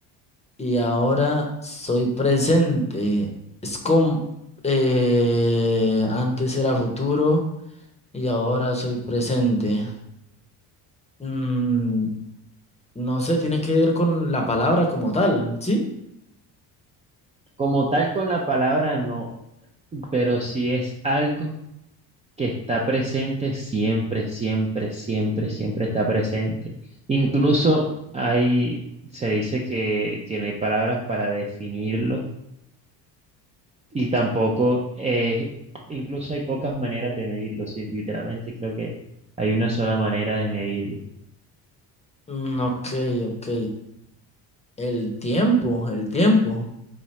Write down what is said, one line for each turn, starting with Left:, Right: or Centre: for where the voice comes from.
Left: y ahora soy presente. Es como, eh, antes era futuro y ahora soy presente. Mm, no sé, tiene que ver con la palabra como tal, ¿sí?
Right: Como tal con la palabra no, pero si es algo que está presente siempre, siempre, siempre, siempre está presente. Incluso hay, se dice que, que no hay palabras para definirlo y tampoco, eh, incluso hay pocas maneras de medirlo, sí, literalmente creo que hay una sola manera de medirlo.
Left: Mm, ok, ok. El tiempo, el tiempo.